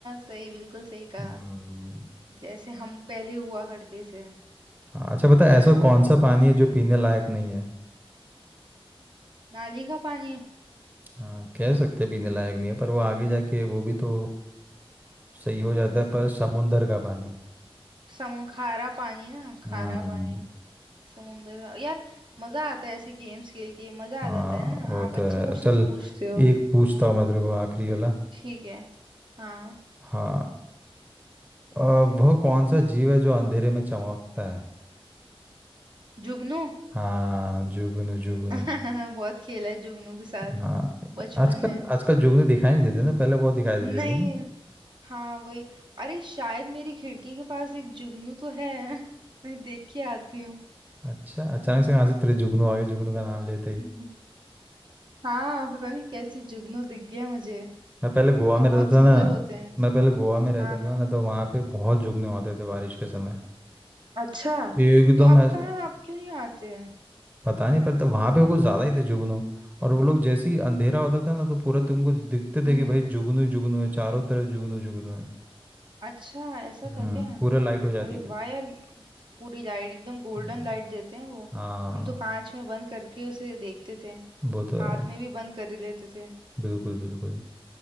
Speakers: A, on the right (about 50°); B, on the right (about 15°).
A: सही बिल्कुल सही कहा
B: हम्म
A: जैसे हम पहले हुआ करते थे
B: हाँ, अच्छा पता है ऐसा कौन सा पानी है जो पीने लायक नहीं है
A: नाली का पानी
B: हाँ कह सकते हैं पीने लायक नहीं है पर वो आगे जाके वो भी तो सही हो जाता
A: हम्म,
B: है पर समुंदर का पानी
A: समु खारा पानी ना खारा
B: हम्म
A: पानी समुंदर का- यार मजा आता है ऐसे गेम्स खेल के मजा
B: हाँ
A: आ जाता है ना
B: वो
A: आप
B: तो
A: अच्छे
B: है
A: क्वेश्चंस
B: चल
A: पूछते हो
B: एक पूछता हूँ मैं तेरे को आखिरी वाला
A: ठीक है हाँ
B: हाँ अ, वह कौन सा जीव है जो अंधेरे में चमकता है
A: जुगनू
B: हाँ जुगनू जुगनू
A: <laughs> बहुत खेला है जुगनू के साथ
B: हाँ
A: बचपन
B: आजकल
A: में
B: आजकल जुगनू दिखाई नहीं देते ना पहले बहुत दिखाई देते
A: नहीं
B: थे नहीं
A: हाँ वही अरे शायद मेरी खिड़की के पास एक जुगनू तो है <laughs> मैं देख के आती हूँ
B: अच्छा अचानक से कहाँ से तेरे जुगनू आ गए जुगनू का नाम लेते ही
A: <laughs> हाँ पता नहीं कैसे जुगनू दिख गया मुझे
B: मैं पहले गोवा
A: पर
B: में रहता
A: बहुत सुंदर
B: था ना
A: होते हैं
B: मैं पहले गोवा में रहता
A: हाँ हाँ
B: था ना तो वहाँ पे बहुत जुगनू होते थे बारिश के समय
A: अच्छा
B: एकदम
A: तो आप
B: ऐस-
A: कहाँ आप क्यों नहीं आते हैं
B: पता नहीं पड़ता वहाँ पे कुछ ज़्यादा ही थे जुगनू और वो लोग जैसे ही अंधेरा होता था ना तो पूरा तुमको दिखते
A: हम्म
B: थे कि भाई जुगनू ही जुगनू है चारों तरफ जुगनू जुगनू है
A: अच्छा ऐसा
B: हम्म
A: था क्या
B: पूरा लाइट हो जाती
A: अरे
B: थी
A: वाह यार पूरी लाइट एकदम गोल्डन
B: हम्म।
A: लाइट देते हैं वो
B: हाँ
A: हम तो कांच में बंद करके उसे देखते थे
B: वो तो
A: हाथ
B: है
A: में भी बंद कर ही लेते थे
B: बिल्कुल बिल्कुल